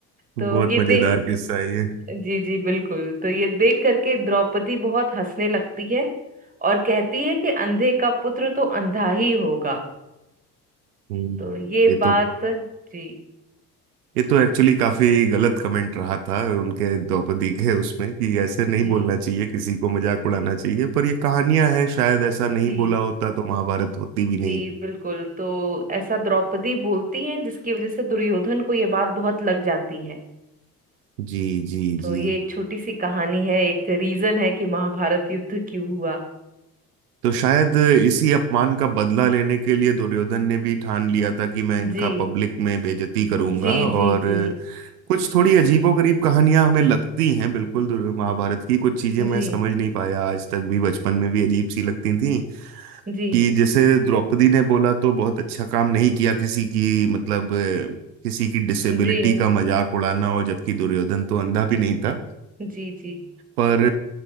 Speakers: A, on the right; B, on the right.
A: बहुत
B: तो ये
A: मजेदार
B: देख
A: किस्सा है ये
B: जी जी बिल्कुल तो ये देख करके द्रौपदी बहुत हंसने लगती है और कहती है कि अंधे का पुत्र तो अंधा ही होगा
A: हम्म
B: तो ये
A: ये
B: बात
A: तो
B: जी
A: ये तो एक्चुअली काफी गलत कमेंट रहा था उनके द्रौपदी के उसमें कि ऐसे नहीं
B: जी
A: बोलना चाहिए किसी को मजाक उड़ाना चाहिए पर ये कहानियां है शायद ऐसा नहीं
B: जी
A: बोला होता तो महाभारत होती भी
B: जी
A: नहीं
B: बिल्कुल तो ऐसा द्रौपदी बोलती है जिसकी वजह से दुर्योधन को ये बात बहुत लग जाती है
A: जी जी
B: तो
A: जी
B: ये एक छोटी सी कहानी है एक रीजन है कि महाभारत युद्ध क्यों हुआ
A: तो शायद इसी अपमान का बदला लेने के लिए दुर्योधन ने भी ठान लिया था कि मैं इनका
B: जी
A: पब्लिक में बेइज्जती करूंगा
B: जी
A: और
B: जी जी
A: कुछ थोड़ी अजीबोगरीब कहानियां हमें लगती हैं बिल्कुल दुर्- महाभारत की कुछ चीजें
B: जी
A: मैं समझ नहीं पाया आज तक भी बचपन में भी अजीब सी लगती थी
B: जी
A: कि जैसे द्रौपदी ने बोला तो बहुत अच्छा काम नहीं किया किसी की मतलब अ, किसी की डिसेबिलिटी
B: जी
A: का मजाक उड़ाना और जबकि दुर्योधन तो अंधा भी नहीं था
B: जी जी
A: पर